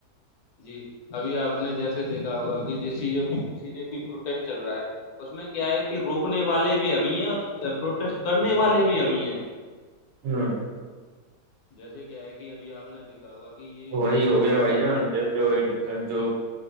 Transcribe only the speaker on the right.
ہوں
وہی
ہو گیا
بھائی جان
جو جو